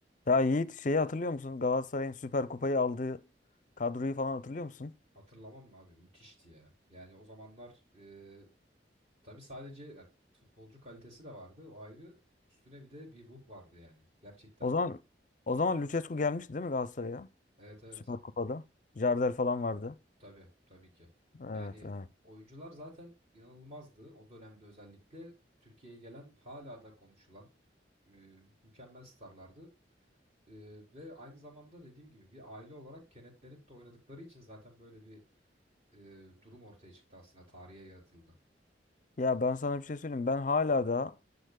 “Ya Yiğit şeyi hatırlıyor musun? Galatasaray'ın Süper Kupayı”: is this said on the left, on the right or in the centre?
Left